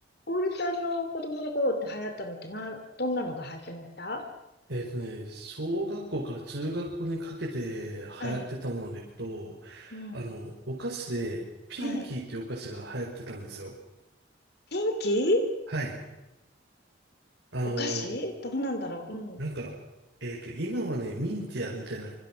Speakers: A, on the left; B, on the right.
A: オールさんの子供の頃って流行ったのってなん、どんなのが流行ってました
B: えっとね、小学校から中学校にかけて流行ってたものでいくと、
A: はい。うん。
B: あの、お菓子で、ピンキーっていうお菓子が流行ってたんですよ。
A: はい。天気
B: はい。あの、
A: お菓子どうなんだろううん。
B: なんか、えっと、今はね、ミンティアみたいな、